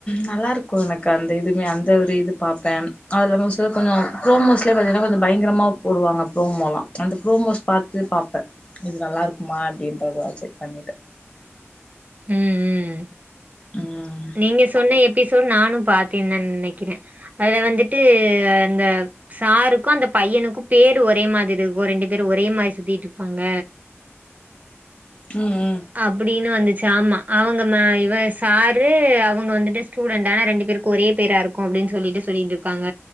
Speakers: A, on the left; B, on the right.
A: நல்லா இருக்கு எனக்கு அந்த இதுமே அந்த ஒரு இது பாப்பே அதுல மோஸ்டா கொஞ்சோ ப்ரோமோஸ்லே பாத்தீங்கனா கொஞ்சோ பயங்கரமா போடுவாங்க ப்ரோமோல்லா அந்த ப்ரோமோஸ் பாத்து பாப்ப இது நல்லா இருக்குமா அப்டின்றத செக் பண்ணிட்டு
B: ம் ம்
A: ம்
B: நீங்க சொன்ன எப்பிஸ் டு நானு பாத்தேந்தா நெனக்கிறே அது வந்துட்டு அந்த சாருக்கு அந்த பையனுக்கு பேரு ஒரே மாதிரி இருக்கு ரெண்டு பேரு ஒரே மாரி சுத்திட்டு இருப்பாங்க
A: ம் ம்
B: அப்டினு வந்துட் சு ஆமா அவுங்க இவ சாரு அவுங்க வந்துட்டு ஸ்டூடண்டு ஆனா ரெண்டு பேருக்கு ஒரே பேரா இருக்கு அப்டின் சொல்லிட்டு சொல்லிட்டு இருப்பாங்க